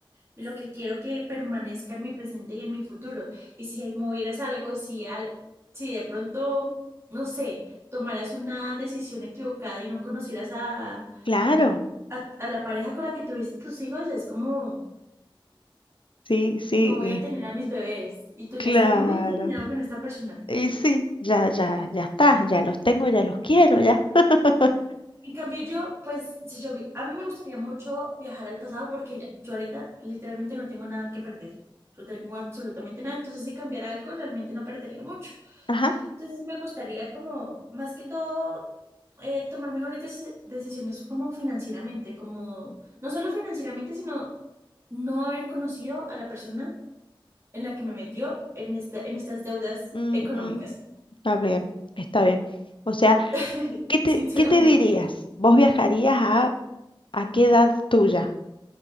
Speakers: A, on the right; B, on the left.
A: y lo que quiero que permanezca en mi presente y en mi futuro. Y si ahí movieras algo, si, al, si de pronto, no sé, tomaras una decisión equivocada y no conocieras a,
B: claro.
A: a, a la pareja con la que tuviste tus hijos, es como
B: Sí, sí,
A: no voy a tener a mis bebés y tú ya
B: claro.
A: estás muy encariñado con esta persona.
B: Y sí, ya, ya, ya está. Ya los tengo, ya los quiero, ya. <laughs>
A: En cambio, yo, pues, si yo, vi- a mí me gustaría mucho viajar al pasado porque ya- yo ahorita literalmente no tengo nada que perder. No tengo absolutamente nada. Entonces, si cambiara algo, realmente no perdería mucho.
B: Ajá.
A: Entonces, me gustaría como, más que todo, eh, tomar mejores deci- decisiones como financieramente, como, no solo financieramente, sino no haber conocido a la persona en la que me metió en esta, en estas deudas
B: ujú,
A: económicas.
B: Está bien, está bien. O sea,
A: <laughs>
B: ¿qué te,
A: sinceramente.
B: qué te dirías? ¿Vos viajarías a ¿A qué edad tuya?